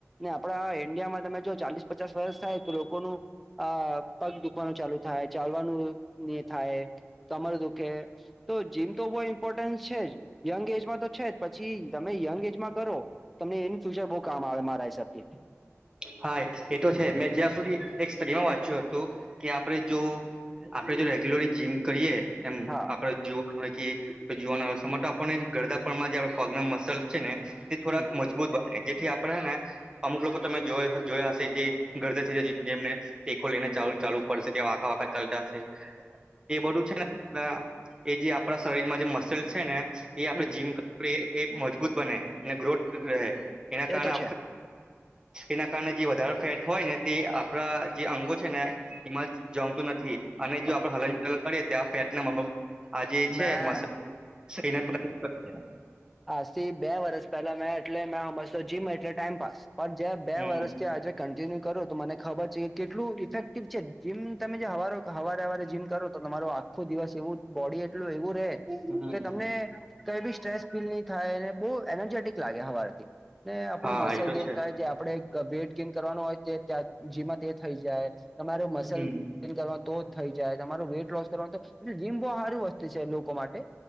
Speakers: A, in the centre; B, on the right (about 15°).
A: ને આપડા ઈન્ડિયામાં તમે જો ચાલીસ પચાસ વર્ષ થાય તો લોકોનું આ પગ દુખ કવાનું ચાલુ થાય ચાલવાનું થાય તમા તમારું દુઃખે તો જીમ તો બહુ ઇમ્પોર્ટન્સ છે જ યંગ એજમાં તો છે જ પછી તમે યંગ એજમાં કરો તમને ઇન ફ્યુચર બહુ કામ આવે મારા હિસાબથી
B: હા એ તો છે મેં જ્યાં સુધી એક સ્ટડીમાં વાંચ્યું હતું કે આપડ જો આપડે જો રેગ્યુલરલી જીમ કરીએ એમ
A: હા
B: આપડ જો જોવાનુંય તો આપને ગરદાપમાં જે પગ ના મસલ્સ છે ને તે થોડાક
A: હમ
B: મજા મજબૂત બ જેથી આપણે ને અમુક લોકો તમે જો જોયા હશે જે ગરદર જેમને ટેકો લઈને ચાલ ચાલુ પડશે કે આખા વાખા ચાલતાશે એ બધું છે ને એ જે આપણા શરીરમાં જે મસલ્સ છે ને એ આપડે
A: હમ
B: જીમ એ મજબૂત બને અને ગ્રોથ રહે એના કારણે
A: એ તો છે
B: એના કારણે જે વધારે ફેટ હોય ને તે આપણા જે અંગો છે ને એમાં જમતું નથી અને જો
A: અ,
B: આપડે હલનચલન કરીએ ત્યા આ ફેટ ના આ જે છે
A: મેં
B: મ બ
A: આજ થી બે વર્ષ પહેલા મે એટલે મે તો જીમ એટલે ટાઈમપાસ પણ જે બે
B: હમ
A: વર્ષથી આજે કન્ટિન્યુ કરો તો મને ખબર છે કેટલું ઇફેક્ટ જમ તમે જેવારે હવારે જીમ કરો તો તમારો આખો દિવસ એવું બોડી એટલું એવું રે
B: હમ
A: કે તમને કઈ બી સ્ટ્રેસ ફીલ નહી થાયને બહુ એનર્જેટિક લાગે હવારથી ને આપણું
B: હા
A: મસલ
B: એ તો
A: ગેન
B: છે
A: થાય જે આપડે વેઇટ ગેન કરવાનો હોય તં જીમાં તે થઈ જાય તમારો મસલ
B: હમ
A: કરવાનું તો થઈ જાય તમાર વેઇટ લોસ કરવાનું તો એટલે જીમ બહુ સાર વસ્તુ છે લોકો માટે